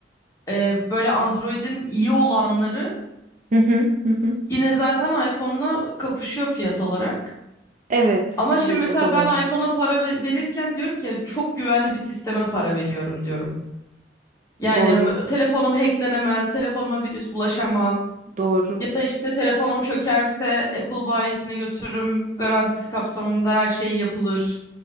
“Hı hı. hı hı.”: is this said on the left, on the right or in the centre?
Right